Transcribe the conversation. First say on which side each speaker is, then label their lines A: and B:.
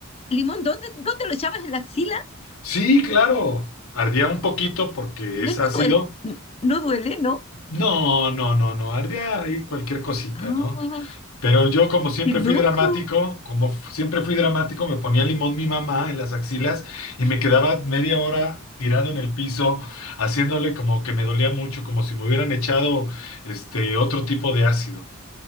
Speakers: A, on the left (about 30°); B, on the left (about 85°).
A: limón, ¿dónde, dónde lo echabas en la axila?
B: Sí, claro, ardía un poquito porque es
A: No no
B: ácido.
A: duele, no duele, ¿no?
B: No, no, no, no, ardía ahí cualquier cosita,
A: Ah,
B: ¿no? Pero yo como siempre
A: qué loco.
B: fui dramático, como f- siempre fui dramático, me ponía limón mi mamá en las axilas y me quedaba media hora tirado en el piso, haciéndole como que me dolía mucho, como si me hubieran echado este otro tipo de ácido.